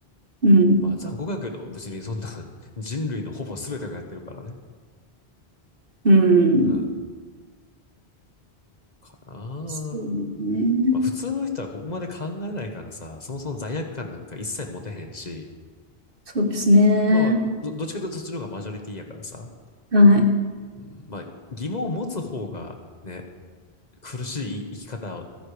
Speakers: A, on the right; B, on the left.
A: うん。
B: まあ、残酷だけど、別にそんな <laughs> 人類のほぼ全てがやってるからね。
A: うん。
B: うん。かな
A: そうね。
B: ぁまあ、普通の人はここまで考えないからさ、そもそも罪悪感なんか一切持てへんし、
A: そうですね。
B: まあまあ、どどっちかというとそっちの方がマジョリティやからさ、
A: はい。
B: うんまあ、疑問を持つ方がね、苦しい生き方